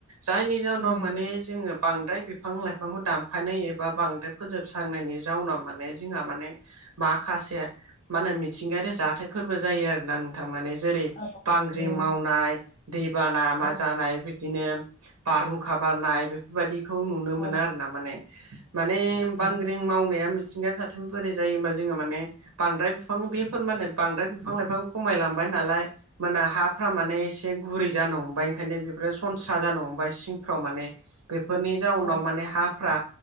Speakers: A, on the right; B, on the left.
A: जायनि जााहनाव
B: नंगौ
A: माने जोंङो बांद्राय बिफां लाइफांखौ दामफायनाय एबा बांद्राय फोजोबस्रांनायनि जाउनाव माने जोंहा माने माखासे मा होनो मिथिंगायारि जाथायफोरबो जायो आरो ना नोंथां माने जेरै
B: औ
A: बांग्रि
B: नंगौ
A: मावनाय दैबाना
B: औ
A: मा जानाय बिदिनो बारहुंखा बारनाय बे बेफोरबायदिखौ नुनो मोना
B: औ
A: आरोना माने माने बांग्रिं
B: औ
A: मावनाया मिथिंगा जाथों बोरै जायो होमबा जोंहा माने ने बांद्राय बिफां बेफोर माने बांद्राय बिफां लाइफां खमायलांबाय नालाय। मोना हाफ्रा माने एसे गुरै जानो हमबाय ओंखायनो बेफोरो सनस्रा जानो हमबाय सिंफ्राव माने। बेफोरनि जाउनाव
B: औ
A: माने हाफ्रा